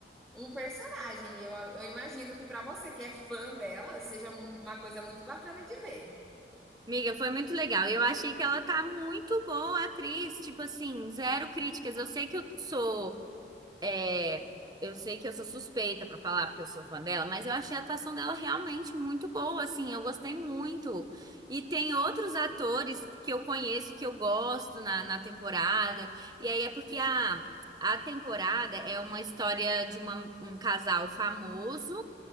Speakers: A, in the centre; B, on the right (about 20°).
A: um personagem. Eu, eu imagino que para você que é fã dela, seja uma coisa muito bacana de ver.
B: Miga, foi muito legal. E Eu achei que ela tá muito boa, atriz. Tipo assim, zero críticas. Eu sei que eu sou. é, eu sei que eu sou suspeita pra falar, porque eu sou fã dela, mas eu achei a atuação dela realmente muito boa, assim. Eu gostei muito. E tem outros atores que eu conheço, que eu gosto na, na temporada. E aí é porque a. A temporada é uma história de uma- um casal famoso